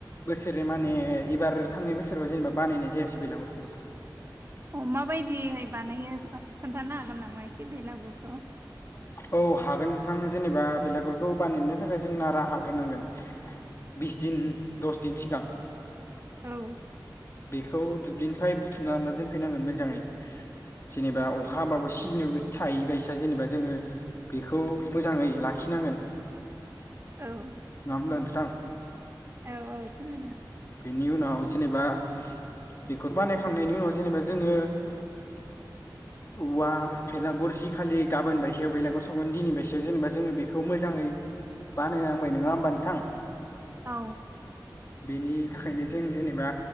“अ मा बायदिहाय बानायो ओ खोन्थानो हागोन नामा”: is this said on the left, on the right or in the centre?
Right